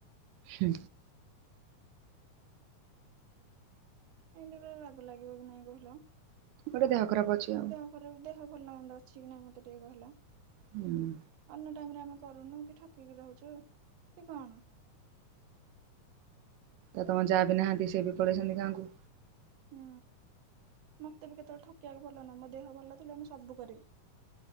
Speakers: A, on the right; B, on the right.
A: ହୁଁ।
B: ଏମିତି ଗୋଟେ ରାଗ ଲାଗିବ କି ନାଇଁ କହିଲ।
A: ଗୋଟେ ଦେହ ଖରାପ ଅଛି ଆଉ।
B: ମୋର ଆଉ ଦେହ ଭଲ ମନ୍ଦ ଅଛି କି ନାଇଁ ମତେ ଟିକେ କହିଲା
A: ହୁଁ
B: ଅନ୍ୟ ଟାଇମ ରେ ଆମେ କ କରୁନୁ କି ଠକିକି ରହୁଛୁ କି କଣ।
A: ତ ତମ ଯା ବି ନାହାନ୍ତି ସେ ବି ପଳେଇଛନ୍ତି ଗାଁ କୁ।
B: ହୁଁ। ମତେ ବି କେତେବେଳେ ଠକିବାକୁ ଭଲ ନାଁ ମୋ ଦେହ ଭଲ ନଥିଲେ ମୁଁ ସବୁ କରିବି।